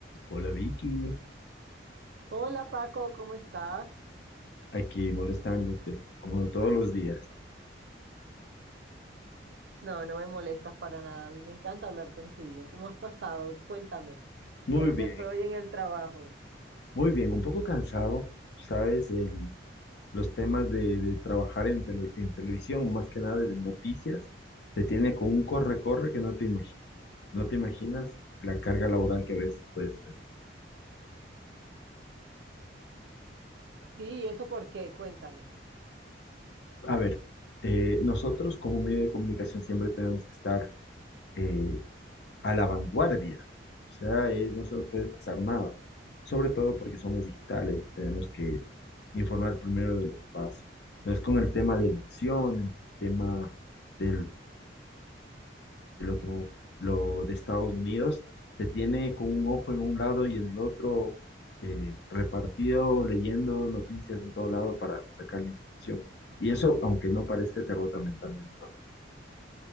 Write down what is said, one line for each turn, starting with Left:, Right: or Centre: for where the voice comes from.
Left: Hola Vicky,
Right: Hola Paco, ¿cómo estás?
Left: aquí molestándote, como todos los días.
Right: No, no me molestas para nada. A mí me encanta hablar contigo. ¿Cómo has pasado? Cuéntame.
Left: Muy
Right: ¿Cómo
Left: bien,
Right: te fue hoy en el trabajo?
Left: muy bien, un poco cansado, sabes, el- los temas de, de trabajar en, tele- en televisión, más que nada de noticias, te tiene con un corre-corre que no te imagi- no te imaginas la carga laboral que a veces puedes tener.
Right: Sí, ¿y ¿eso por qué? Cuéntame.
Left: A ver, eh, nosotros como medio de comunicación siempre tenemos que estar eh, a la vanguardia. O sea, eh, no se nos puede pasar nada. Sobre todo porque somos digitales, tenemos que informar primero de lo que pasa. No es con el tema de elecciones, tema del- de lo que lo de Estados Unidos, se tiene con un ojo en un lado y en el otro eh, repartido, leyendo noticias en todo lado para sacar la información. Y eso, aunque no parezca, te agota mentalmente.